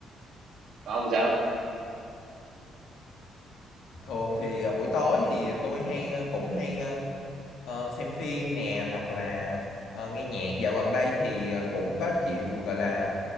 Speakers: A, on the right (about 60°); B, on the left (about 70°).
A: còn ông sao
B: thường thì ờ, buổi tối thì tôi hay ờ, cũng hay ờ, ờ, xem phim nè hoặc là ờ, nghe nhạc dạo gần đây thì ờ, cũng có chịu gọi là